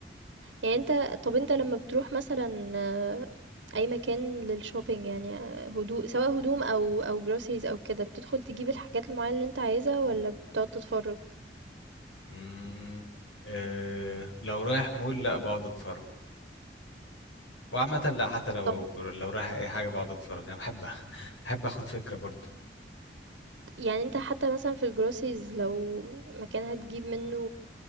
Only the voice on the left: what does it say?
امم آه لو رايح مول لا بقعد اتفرج وعامة لا حتى لو
لو رايح اي حاجة بقعد اتفرج انا بحب <laughs> بحب اخد فكرة برضو